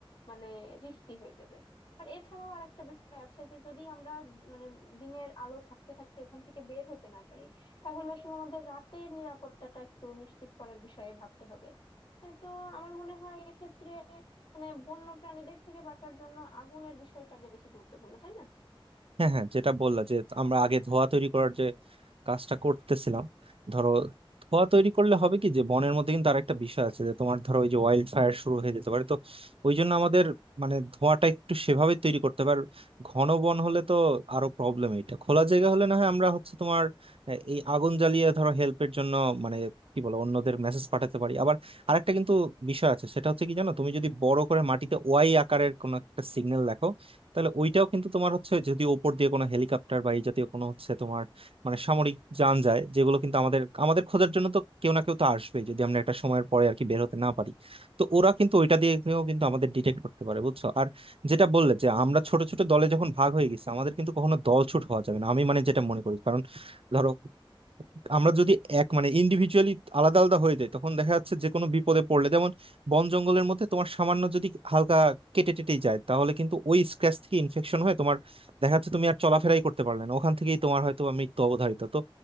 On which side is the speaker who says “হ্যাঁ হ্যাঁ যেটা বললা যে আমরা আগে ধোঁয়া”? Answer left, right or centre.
Right